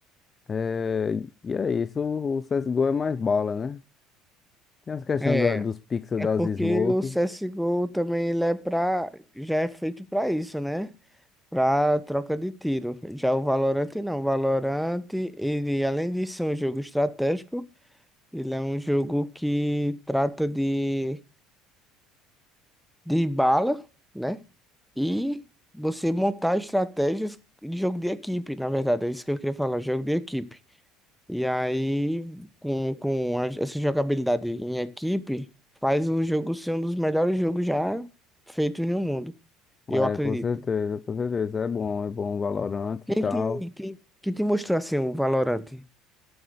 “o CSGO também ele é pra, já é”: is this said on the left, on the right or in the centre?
Centre